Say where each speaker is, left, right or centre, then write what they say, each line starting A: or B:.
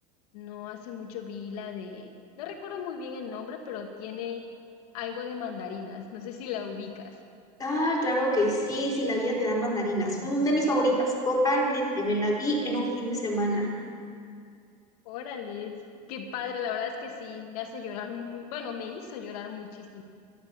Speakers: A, on the left (about 80°); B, on the left (about 20°).
A: no hace mucho vi la de... No recuerdo muy bien el nombre, pero tiene algo de mandarinas. No sé si la ubicas.
B: Ah, claro que sí, si la vida te da mandarinas. Mm, De mis favoritas, totalmente. Me la vi en un fin de semana.
A: Órale, qué padre, la verdad es que sí, me hace llorar muy, bueno, me hizo llorar muchísimo.